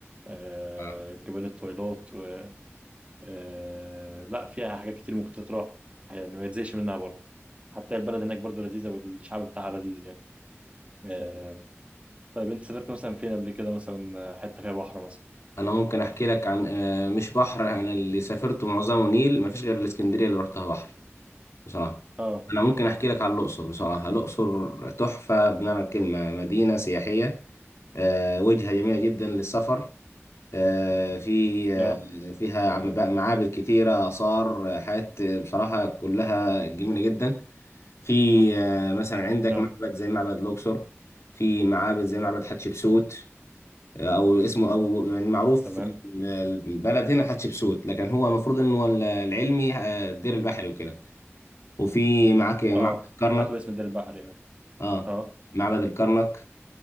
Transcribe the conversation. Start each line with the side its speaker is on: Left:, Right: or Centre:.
Right: آه،
Left: آه.
Right: جبال الطويلات و... آه، لا فيها حاجات كتير ممكن تتراح يعني ما يتزهقش منها برضه حتى البلد هناك برضه لذيذة والشعب بتاعها لذيذ يعني آه، طيب أنت سافرت مثلا فين قبل كده مثلا آه، حتة فيها بحر مثلا
Left: انا ممكن احكي لك عن آه، مش بحر انا اللي سافرته معظمه نيل مفيش غير الاسكندريه اللي رحتها بحر بصراحه
Right: اه
Left: انا ممكن احكي لك عن الاقصر بصراحه الاقصر تحفه بمعنى الكلمه مدينه سياحيه آه، وجهه جميله جدا للسفر آه، في آه،
Right: لا
Left: فيها عم- بقى معابد كتيره اثار آه، حاجات بصراحه كلها جميله جدا في آه، مثلا عندك
Right: لا
Left: معبد زي معبد لوكسور في معابد زي معبد حتشبسوت آه، او اسمه او يعني معروف
Right: تمام
Left: في ال- البلد هنا حتشبسوت لكن هو المفروض انه هو ال- العلمي آه، الدير البحري وكده وفي معاك معبد
Right: اه
Left: الكرنك
Right: سمعت باسم دير البحر يعني
Left: اه
Right: اه
Left: معبد الكرنك